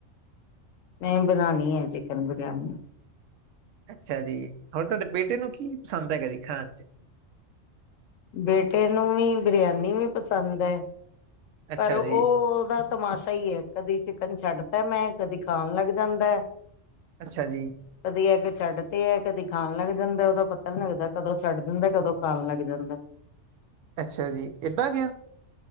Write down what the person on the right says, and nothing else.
ਅੱਛਾ ਜੀ ਹੋਰ ਤੁਹਾਡੇ ਬੇਟੇ ਨੂੰ ਕੀ ਪਸੰਦ ਹੈਗਾ ਜੀ ਖਾਣ ਚ
ਅੱਛਾ
ਜੀ
ਅੱਛਾ ਜੀ
ਅੱਛਾ ਜੀ ਏਦਾਂ ਕਿਉਂ